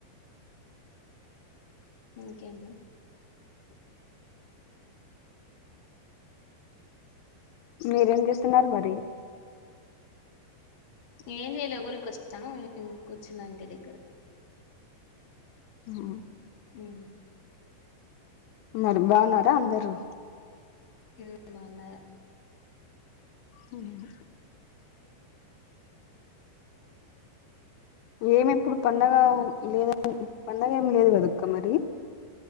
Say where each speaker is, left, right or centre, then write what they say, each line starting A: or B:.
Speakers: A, on the left; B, on the left.
A: ఇంకేమ్మ
B: మీరేం చేస్తున్నారు మరి.
A: ఏం చేయలే ఊరికి వస్తాను కూర్చున్నా ఇంటి దగ్గర
B: మ్
A: మ్
B: మరి బావున్నరా అందరు
A: మ్ బావున్నా
B: మ్మ్ ఏమి ఇప్పుడు పండగ లేద పండగ ఏమి లేదు కదక్క మరి